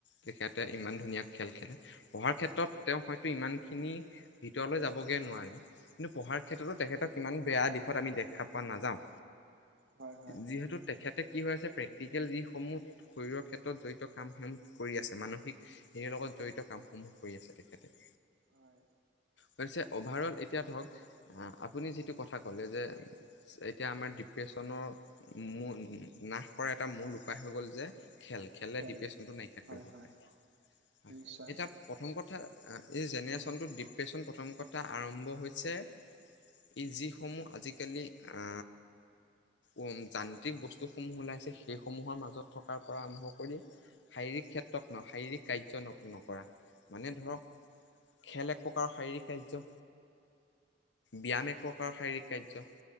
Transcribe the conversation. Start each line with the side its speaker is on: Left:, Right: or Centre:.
Left: তেখেতে
Right: হয়
Left: ইমান ধুনীয়া খেল খেলে, পঢ়াৰ ক্ষেত্ৰত তেওঁ হয়তো ইমানখিনি ভিতৰলৈ যাবগে নোৱাৰে, কিন্তু পঢ়াৰ ক্ষেত্ৰতো
Right: হয়
Left: তেখেতক ইমান বেয়া দিশত আমি দেখা পোৱা নাযাওঁ।
Right: হয় হয় হয়
Left: যিহেতু তেখেতে কি হৈ আছে প্ৰেক্টিকেল যিসমূহ শৰীৰৰ ক্ষেত্ৰত জড়িত কাম সহ কৰি আছে মানসিক হেৰিয়ৰ
Right: হয়
Left: লগত জড়িত কাম সমূহ কৰি আছে তেখেতে।
Right: হয়।
Left: পিছে অভাৰ অল এতিয়া ধৰক আপুনি যিটো কথা ক'লে যে এতিয়া আমাৰ ডিপ্ৰেশ্যনৰ মুন নাশ কৰা এটা মূল উপায় হৈ গ'ল যে খেল খেলে
Right: খেল
Left: ডিপ্ৰেশচনটো নাইকিয়া
Right: হয়
Left: কৰিব
Right: হয়
Left: পাৰে, হয়
Right: নিশ্চয়
Left: এতিয়া প্ৰথম কথা এই জেনেৰেশ্যনটোত ডিপ্ৰেশ্যন প্ৰথম কথা আৰম্ভ হৈছে ই যিসমূহ আজিকালি আ উম যান্ত্ৰিক বস্তুসমূহ ওলাইছে সেইসমূহৰ মাজত থকাৰ পৰা আৰম্ভ কৰি শাৰীৰিক ক্ষেত্ৰত ন শাৰীৰিক কাৰ্য ন নকৰা, মানে ধৰক খেল এক প্ৰকাৰৰ শাৰীৰিক কাৰ্য্য ব্যায়াম এক প্ৰকাৰৰ
Right: হয়
Left: শাৰীৰিক কাৰ্য্য